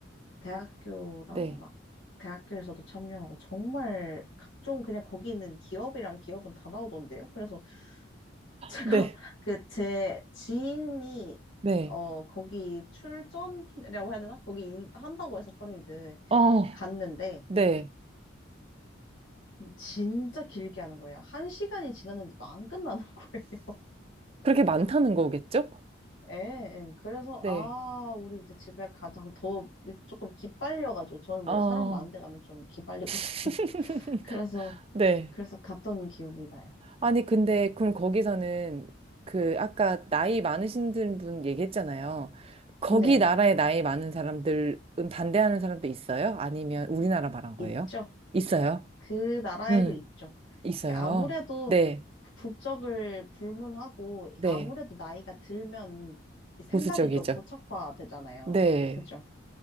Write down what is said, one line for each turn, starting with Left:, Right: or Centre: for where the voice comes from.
Left: 대학교랑
Right: 네,
Left: 막 대학교에서도 참여하고 정말 각종 그냥 거기 있는 기업이랑 기업은 다 나오던데요. 그래서 제가
Right: 네,
Left: <laughs> 그 제 지인이
Right: 네,
Left: 어 거기 출전이라고 해야 되나? 거기 인- 한다고 해서 퍼레이드
Right: 어,
Left: 갔는데
Right: 네.
Left: 진짜 길게 하는 거예요. 한 시간이 지났는데도 안 끝나는 <laughs> 거예요.
Right: 그렇게 많다는 거겠죠?
Left: 예, 예. 그래서,
Right: 네,
Left: 아, 우리 이제 집에 가자고 더 조금 기빨려가지고, 저는 원래
Right: 어,
Left: 사람 많은 데 가면 좀 기빨리거든요.
Right: <laughs>
Left: <laughs> 그래서,
Right: 네.
Left: 그래서 갔던 기억이 나요.
Right: 아니, 근데, 그럼 거기서는 그, 아까 나이 많으신 분 얘기했잖아요. 거기
Left: 네,
Right: 나라에 나이 많은 사람들은 반대하는 사람도 있어요? 아니면 우리나라 말한 거예요?
Left: 있죠.
Right: 있어요?
Left: 그 나라에도
Right: 음,
Left: 있죠.
Right: 있어요.
Left: 이게 아무래도
Right: 네,
Left: 국적을 불문하고,
Right: 네.
Left: 아무래도 나이가 들면 생각이
Right: 보수적이죠.
Left: 좀 고착화되잖아요.
Right: 네,
Left: 그죠?